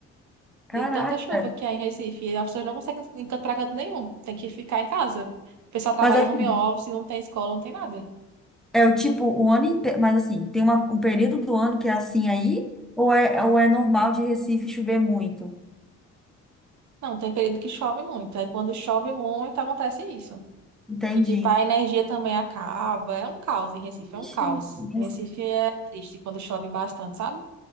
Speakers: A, in the centre; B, on the right.
A: Caraca.
B: de tanta chuva que há em Recife, e as pessoas não conseguem encantar pra canto nenhum, tem que ficar em casa. O pessoal trabalha
A: Mas assim,
B: em home office, não tem escola, não tem nada.
A: é o tipo, o ano inteiro. Mas assim, tem uma, um período do ano que é assim aí? Ou é, ou é normal de Recife chover muito?
B: Não, tem período que chove muito, aí quando chove muito acontece isso.
A: Entendi.
B: E, tipo, a energia também acaba. É um caos em Recife, é um
A: Ixi,
B: caos.
A: nossa.
B: Em Recife é triste quando chove bastante, sabe?